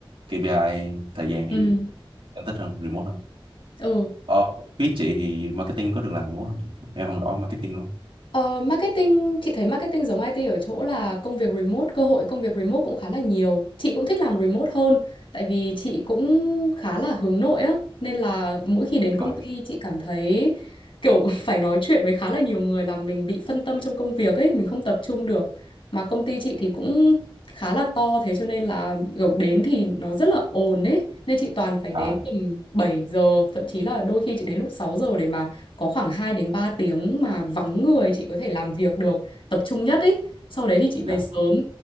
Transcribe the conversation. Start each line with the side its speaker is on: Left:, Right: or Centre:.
Right: KPI thời gian thì
Left: ừ,
Right: em thích hơn remote hơn
Left: ừ.
Right: ờ, phía chị thì marketing có được làm remote không em không rõ marketing
Left: Ờ, marketing, chị thấy marketing giống IT ở chỗ là công việc remote, cơ hội công việc remote cũng khá là nhiều. Chị cũng thích làm remote hơn, tại vì chị cũng khá là hướng nội á, nên là mỗi khi đến công
Right: Rồi.
Left: ty chị cảm thấy kiểu <laughs> phải nói chuyện với khá là nhiều người là mình bị phân tâm trong công việc ấy, mình không tập trung được. Mà công ty chị thì cũng khá là to thế cho nên là kiểu đến thì nó rất là ồn ấy, nên chị toàn phải
Right: À,
Left: đến tầm 7 giờ, thậm chí là đôi khi chị đến lúc 6 giờ để mà có khoảng 2 đến 3 tiếng mà vắng người chị có thể làm việc được, tập trung nhất ấy. Sau đấy thì chị về
Right: dạ,
Left: sớm.